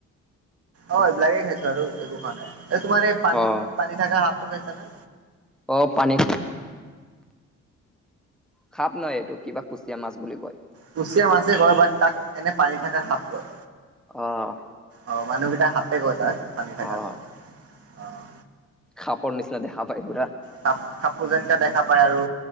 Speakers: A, on the right; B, in the centre.
A: অ' এইবিলাকে খাইছোঁ আৰু একো খোৱা নাই, এই তোমাৰ এই পানীত
B: অ',
A: পানী থকা সাপটো খাইছানে?
B: অ' পানীত সাপ নহয় এইটো কিবা কুচিয়া মাছ বুলি কয়।
A: কুচিয়া মাছে কয় বাট তাক এনে পানীত থাকা সাপ কয়।
B: অ'
A: অ' মানুহকেইটা সাপে কয় তাক পানীত থাকা
B: অ',
A: কয়। অ'
B: সাপৰ নিছিনা দেখা পাই পুৰা।
A: সাপ সাপটো যেনা দেখা পায় আৰু